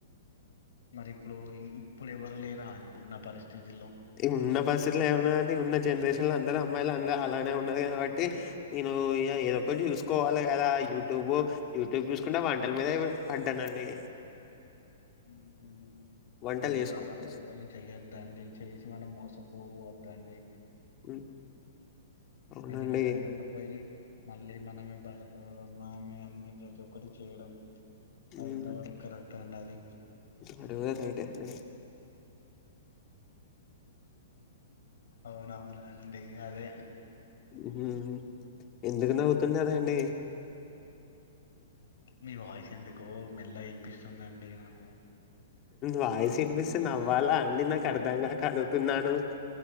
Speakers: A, on the left; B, on the left.
A: మరి ఇప్పుడు ఇప్పుడు ఎవరు లేరా అండి ఉన్న పరిస్థితుల్లో
B: ఇగ ఉన్న పరిస్థితులో ఏమున్నదండి ఉన్న జనరేషన్ లో అందరు అమ్మాయిలు అందరు అలానే ఉన్నారు కాబట్టి నేను ఇగ ఏదొక్కటి చూసుకోవాలిగ కదా యూట్యూబో యూట్యూబ్ చూసుకుంటా వంటల మీద పడ్డానండి
A: ఉమ్ హూ
B: వంటలు
A: ఈ
B: చేసుకుంటే
A: కాలంలో యెవళ్ని చేయొద్దండి చేసి మనం మోసపోవద్దండి
B: ఉమ్ అవునండి
A: ఎందుకంటే మోసపోయి మళ్ళీ మనమే బాధపడడం మనమే అన్ని ప్రతి ఒక్కటి చేయడం అది
B: ఉమ్
A: ఎంతవరకు కరెక్ట్ అండి అది
B: అది గూడా రైటే అండి
A: అవునవునండి అదే
B: ఉమ్ ఎందుకు నవ్వుతున్నారండి
A: మీ వాయిస్ ఎందుకో మెల్లగ వినిపిస్తుందండి నాకు
B: వాయిస్ వినిపిస్తే నవ్వాలా అండి నాకు అర్ధంగాక అడుగుతున్నాను